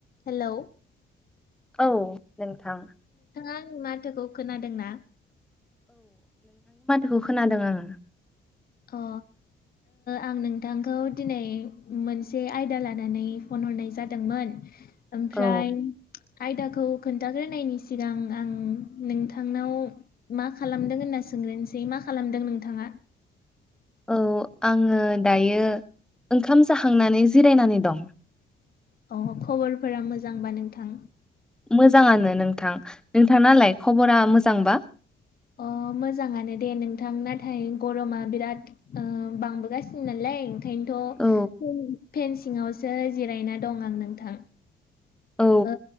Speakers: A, on the left; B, in the centre.
A: Hello
B: औ नोंथां
A: आं माथोखौ खोनादों ना
B: खौ खोनादों आङो
A: अ आं नोंथांखौ दिनै मोनसे आयदा लानानै फन नुनाय जादोंमोन ओमफ्राय
B: औ
A: आयदाखौ खोन्थाग्रोनायनि सिगां आं नोंथांनाव मा खालामदों होनना सो ग्रोनसै मा खालामदों नोंथाङा
B: औ आङो दायो ओंखाम जाखांनानै जिरायनानै दं
A: अ खबरफोरा मोजांबा नोंथां
B: मोजाङानो नोंथां नोंथां नालाय खबरा मोजांबा
A: अ मोजाङानो दे नोंथां नाथाय गरमा बिराद ओ बांबोगासिनो नालाय ओंखायनोथ'
B: औ
A: <unintelligible> फेनसिङावसो जिरायना दं आं नोंथां
B: औ
A: ओ